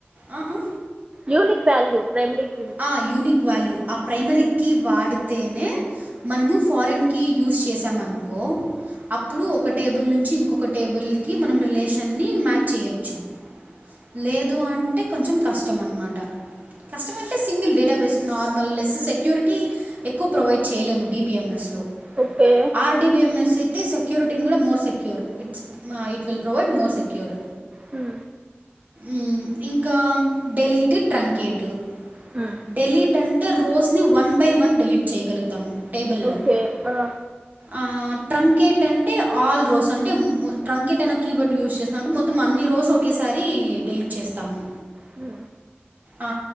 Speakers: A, on the right (about 45°); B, on the right (about 25°).
A: అ ఆ
B: యూనిక్ వాల్యూ ప్రైమరీక్
A: ఆ యూనిక్ వాల్యూ ఆ ప్రైమరీకి వాడితేనే మనము ఫారెన్కి యూస్ చేసామనుకో అప్పుడు ఒక టేబుల్ నుంచి ఇంకొక టేబుల్ కి మనం రిలేషన్ని మ్యాచ్ చెయ్యచ్చు లేదు అంటే కొంచెం కష్టం అన్మటా అంటే single database normal less security ఎక్కువ ప్రొవైడ్ చేయలేము డిబీఎంఎస్ లో
B: ఓకే
A: ఆర్టీబిఎంఎస్సైతే సెక్యూరిటీన్ కూడా మోర్ సెక్యూర్ ఇట్స్ మా ఇట్విల్ ప్రొవైడ్ మోర్ సెక్యూర్
B: హు
A: ఉమ్ ఇంకా డెలీట్ ట్రంకేటు
B: హు
A: డెలీట్ అంటే రోస్ని వన్ బై వన్ డెలీట్ చేయగలుగుతం టేబుల్లో
B: ఓకే ఆ,
A: ఆ ట్రంకేట్ అంటే అల్ల్రోస్ అంటే మ్మ్ ట్రంకేట్ అనే కీవర్డ్ యూజ్ చేస్తున్నాం మొత్ మొత్తం అన్ని రోస్ ఒకేసారి డెలీట్ చేస్తాము
B: హు
A: ఆ